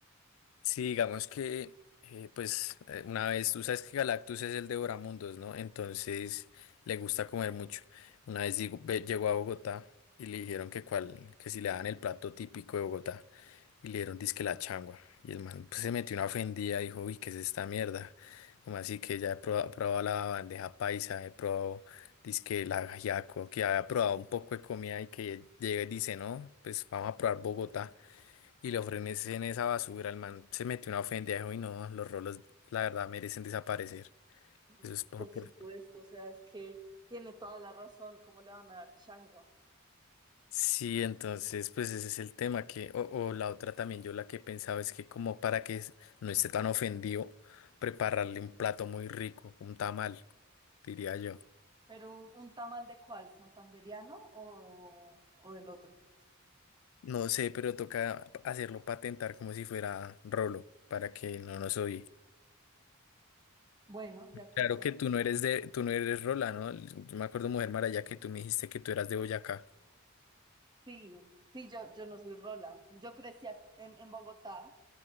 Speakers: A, on the left; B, on the right.
A: Sí, digamos que, eh, pues, eh, una vez, tú sabes que Galactus es el devoramundos, ¿no? Entonces le gusta comer mucho. Una vez llegó ve- llegó a Bogotá y le dijeron que, cuál, que si le daban el plato típico de Bogotá y le dieron disque la changua. Y el man pues, se metió una ofendida y dijo, uy, ¿qué es esta mierda? Como así que ya he proba- probado, la bandeja paisa, he probado disque el ajiaco, que había probado un poco de comida y que llega y dice, no, pues vamos a probar Bogotá. Y le ofrecen esa basura, el man se metió una ofendejo y no, los rolos, la verdad, merecen desaparecer.
B: No,
A: Eso es por,
B: por supuesto,
A: por...
B: o sea, es que Tiene toda la razón, ¿cómo le van a dar changua?
A: Sí, entonces, pues ese es el tema que, o, o la otra también, yo la que pensaba es que como para que s- no esté tan ofendido, prepararle un plato muy rico, un tamal, diría yo.
B: Pero un, un tamal de cuál, santanderiano o, o del otro.
A: No sé, pero toca hacerlo patentar como si fuera rolo, para que no nos oye.
B: Bueno, de acuerdo.
A: Claro que tú no eres de, tú no eres rola, ¿no? Yo me acuerdo, Mujer Maraya, que tú me dijiste que tú eras de Boyacá.
B: Sí, sí, yo, yo no soy Rola. Yo crecí ac- en, en Bogotá,